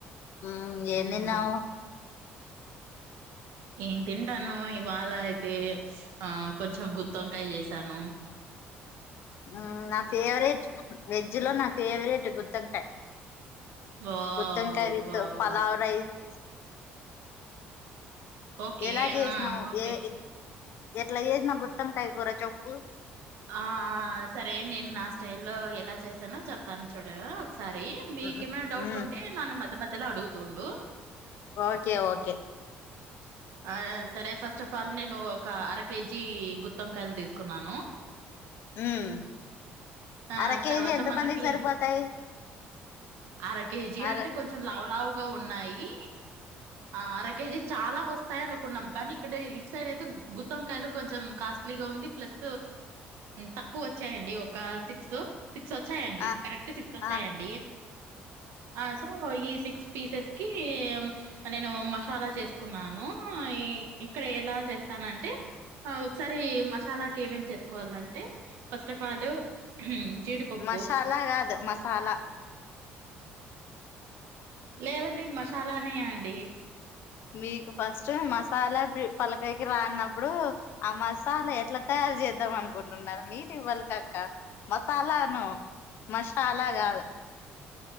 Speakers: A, on the left (about 60°); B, on the right (about 80°).
A: ఉమ్ ఏం
B: హ్మ్
A: తిన్నావు
B: ఏం తింటానవ్ ఇవాళ అయితే ఆ కొంచెం గుత్త్ వంకాయ చేసాను.
A: ఊ నా ఫేవరెట్ వెజ్ లో నా ఫేవరెట్ గుత్తంకాయ్
B: వావ్
A: గుత్తంకాయ with
B: wow
A: pulao
B: wow
A: rice
B: okay
A: ఎలా జేసినవ్
B: ఆ ఓకే
A: ఏ ఎట్లా జేసినవ్ గుత్తం కాయ్ కూర చెప్
B: ఆ ఆ సరే నేను నా స్టైల్ లో ఎలా చేస్తానో చెప్తాను చూడు ఒకసారి మీకేమైనా
A: మ్మ్
B: డౌట్లు
A: మ్మ్
B: ఉంటే నన్ను మధ్య మధ్యలో అడుగుతుండు.
A: ఓకే ఓకే
B: ఆ సరే ఫస్ట్ ఆఫ్ ఆల్ నేను ఒక అర కేజీ గుత్తింకాయలు తీసుకున్నాను.
A: ఉమ్
B: ఆ
A: అర కేేజీ
B: తర్వాత
A: ఎంత
B: మనకి
A: మందికి సరిపోతాయి.
B: అర కేజీ
A: అర
B: అంటే కొంచెం లావు లావు ఉన్నాయి అర కేజీ చాలా వస్ యి అనుకున్నాం కానీ ఇక్కడ ఇటు సైడ్ అయితే గుత్తంకాయలు కొంచెం కాస్ట్లీ గా ఉంది ప్లస్ తక్కువ వచ్చాయండి ఒక సిక్స్ సిక్స్ వచ్చాయండి
A: ఆ
B: కరెక్ట్ సిక్స్ వచ్చాయండి
A: ఆ
B: ఆ సో ఈ సిక్స్ పీసెస్ కి నేను మసాలా చేసుకుంటున్నాను. ఇక్కడ ఎలా చేస్తానంటే ఒకసారి మసాలా ఏమేం చేసుకోవాలంటే ఫస్ట్ ఆఫ్ ఆల్ ఉమ్ జీడుపప్పు
A: మసాలా కాదు మసాలా
B: లేదండి మసాలానే అండి
A: మీకు ఫస్ట్ మసాలా పలకాయకి రానప్పుడు ఆ మసాలా ఎట్లా తయ చేద్దాం అనుకుంటున్నారు నీట్ ఇవ్వాలి కక్క మసాలాను మషాలా కాదు